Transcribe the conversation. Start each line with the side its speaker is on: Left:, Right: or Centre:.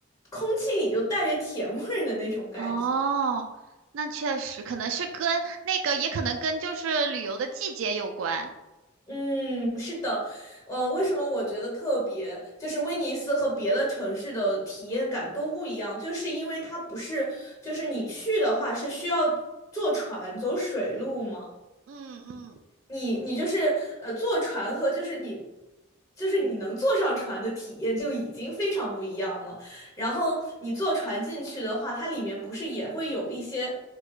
Left: 空气里就带着甜味儿的那种感觉。
Right: 哦，那确实可能是跟那个，也可能跟就是旅游的季节有关。
Left: 嗯，是的，呃，为什么我觉得特别，就是威尼斯和别的城市的体验感都不一样，就是因为它不是，就是你去的话是需要坐船走水路嘛。
Right: 嗯嗯
Left: 你你就是呃坐船和就是你就是你能坐上船的体验就已经非常不一样了。然后你坐船进去的话，它里面不是也会有一些